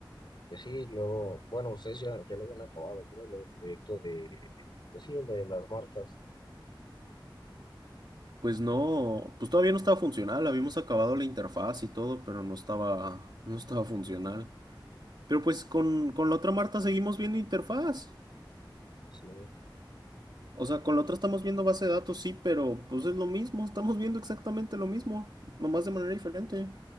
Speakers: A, on the left; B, on the right.
A: Pues sí, luego, bueno, ustedes ya, ya lo habían acabado, creo, lo del proyecto de, pues sí, el de las Martas.
B: Pues no, pues todavía no estaba funcional. Habíamos acabado la interfaz y todo, pero no estaba, no estaba funcional. Pero pues con, con la otra Marta seguimos viendo interfaz.
A: Sí,
B: O sea, con
A: pues,
B: la otra estamos viendo base de datos, sí, pero pues es lo mismo, estamos viendo exactamente lo mismo, nomás de manera diferente.